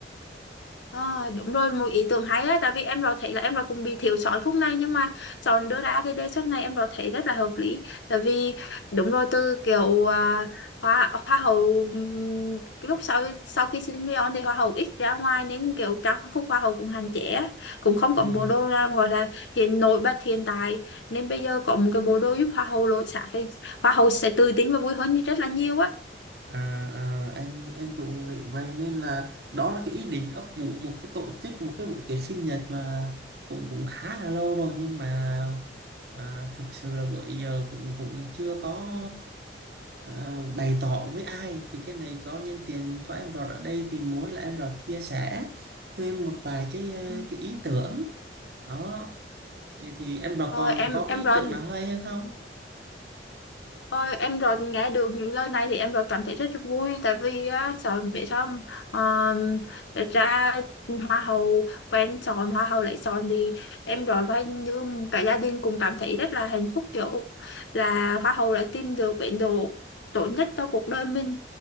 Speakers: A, on the left (about 80°); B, on the right (about 60°).
A: À, đúng rồi một ý tưởng hay á tại vì em đó thấy là em đó cũng bị thiếu sót khúc này nhưng mà chọn đưa ra cái đề xuất này em đó thấy rất là hợp lý tại vì đúng rồi từ kiểu à, hoa hoa hậu ừm, cái lúc sau sau khi sinh viên thì hoa hậu ít ra ngoài nên kiểu trang phục hoa hậu cũng hạn chế á. cũng không
B: ừ.
A: có bộ đồ nào gọi là hiện nổi bật hiện tại nên bây giờ có một cái bộ đồ giúp hoa hậu lột xác thì hoa hậu sẽ tự tin và vui hơn rất là nhiều á
B: à, à, anh anh cũng nghĩ vậy nên là đó là cái ý định ấp ủ một cái tổ chức một cái buổi tiệc sinh nhật mà cũng cũng khá là lâu rồi nhưng mà À, thực sự là bữa giờ cũng cũng chưa có à, bày tỏ với ai thì cái này có nhân tiện có em Rọt ở đây thì muốn là em Rọt chia sẻ thêm một vài cái ờ,
A: Ừ.
B: cái ý tưởng đó thì, thì em Rọt
A: Rồi
B: còn
A: em
B: có
A: em
B: cái ý
A: rồi
B: tưởng nào hay hơn không?
A: Ôi, em rồi nghe được những lời này thì em rồi cảm thấy rất vui tại vì á, sợ biết không um, ra hoa hậu quen chọn hoa hậu lại chọn thì em rồi phải như cả gia đình cùng cảm thấy rất là hạnh phúc kiểu là hoa hậu đã tìm được bến đỗ tốt nhất cho cuộc đời mình